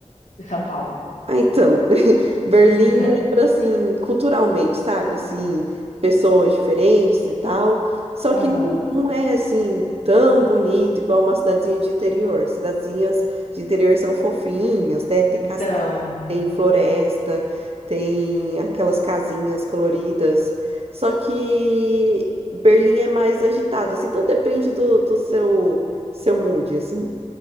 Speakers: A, on the left; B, on the right.
A: De São Paulo.
B: Ah, então, <laughs> Berlim
A: <laughs>
B: lembra assim, culturalmente, sabe? Assim, pessoas diferentes e tal. Só
A: Aham.
B: que não não é assim tão bonito igual uma cidadezinha de interior. Cidadezinhas de interior são fofinhas, né? Tem castelo,
A: Então,
B: tem floresta, tem aquelas casinhas coloridas. Só que Berlim é mais agitada, assim, então depende do, do seu seu mood, assim.